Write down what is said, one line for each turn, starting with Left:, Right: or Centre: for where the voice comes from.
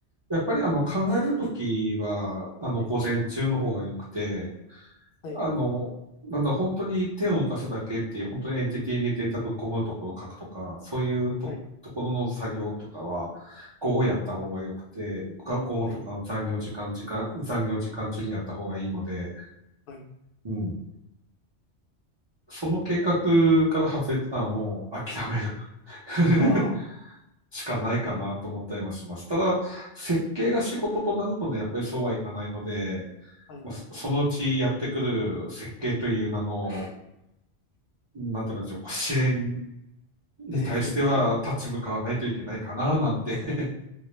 Right: やっぱりあの考えるときは、あの午前中の方が良くて、
Left: うんはい、
Right: あの、なんだ、本当に手を動かすだけっていう、本当にエンティティにデータぶっ込むところを書くとか、そういうと、
Left: はい、
Right: ところの作業とかは、午後やった方が良くて、が午後とか残業時間、
Left: はい、
Right: 時間、残業時間中にやった方がいいので、
Left: はい、はい。
Right: うん。その計画から外れたらもう諦める。<laughs>
Left: あ
Right: しかないかなと思ったりもします。ただ、設計が仕事となるとね、やっぱりそうはいかないので、
Left: あ、はい。
Right: まあ、そそのうちやってくる設計という名の、なんて言うんでしょう、こう試練に対しては立ち向かわないといけないかな、
Left: <laughs> はい
Right: なんて。<laughs>